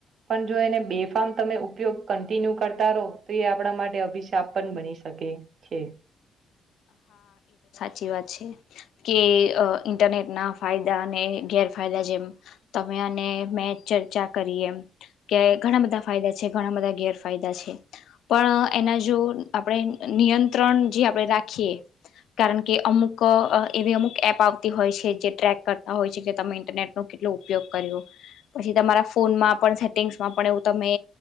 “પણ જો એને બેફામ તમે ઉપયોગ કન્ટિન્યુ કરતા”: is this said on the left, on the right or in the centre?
Right